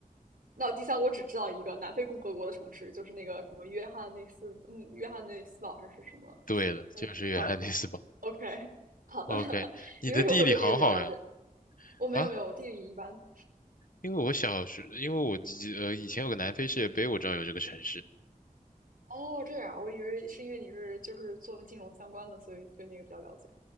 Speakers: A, on the right (about 75°); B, on the left (about 70°).
A: 那第三个我只知道一个南非共和国的城市，就是那个什么约翰内斯，嗯，约翰内斯堡还是什么，
B: 对了，
A: 还是差不多。
B: 就是约翰内斯堡。
A: OK，<laughs> 好的。
B: <laughs> OK，
A: <laughs>
B: 你的地理好好呀。
A: 你为什么会对这个比较了解？我没有没有，
B: 啊，
A: 地理一般。
B: 因为我小时，因为我记呃以前有个南非世界杯，我知道有这个城市。
A: 哦，这样，我以为是因为你是就是做金融相关的，所以对那个比较了解。